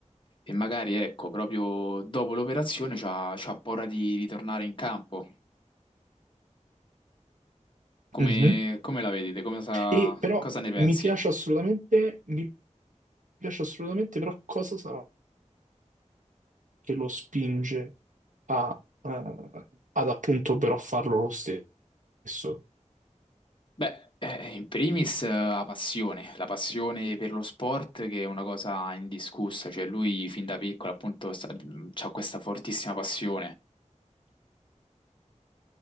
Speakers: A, on the left; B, on the right.
A: e magari, ecco, proprio dopo l'operazione c'ha, c'ha paura di ritornare in campo. Come,
B: Mhm.
A: come la vedete? Come sa-
B: E però
A: cosa ne pensi?
B: mi piace assolutamente, mi piace assolutamente, però cosa sarà che lo spinge a, eh, ad appunto però farlo lo stesso?
A: Beh, eh, in primis eh, la passione, la passione per lo sport che è una cosa indiscussa, cioè lui fin da piccolo appunto ha questa fortissima passione.